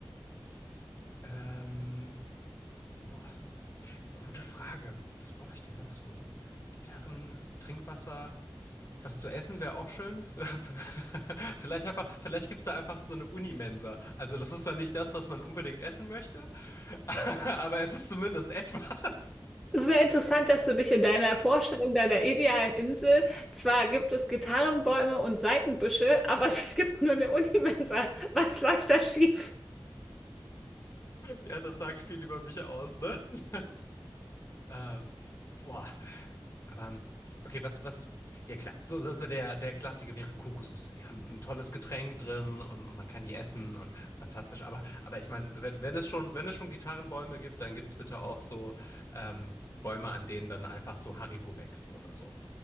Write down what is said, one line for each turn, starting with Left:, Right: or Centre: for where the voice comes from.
Left: Ähm, boah. Gute Frage. Was brauche ich denn noch so? Gitarren, Trinkwasser, was zu essen wäre auch schön. <laughs> Vielleicht einfach, vielleicht gibt es da einfach so eine Unimensa. Also das ist dann nicht das, was man unbedingt essen möchte, <laughs> aber es ist zumindest etwas.
Centre: Es ist sehr interessant, dass du dich in deiner Vorstellung deiner idealen Insel, zwar gibt es Gitarrenbäume und Seitenbüsche, aber es gibt nur eine Unimensa. Was läuft da schief?
Left: Ja, das sagt viel über mich aus, ne? <laughs> Ähm, boah. Aber, okay, was, was, ja klar, so, so so der, der Klassiker wären Kokosnüsse. Die haben ein tolles Getränk drin und, und man kann die essen und fantastisch. Aber, aber ich meine, wenn, wenn es schon, wenn es schon Gitarrenbäume gibt, dann gibt es bitte auch so ähm, Bäume, an denen dann einfach so Haribo wächst oder so.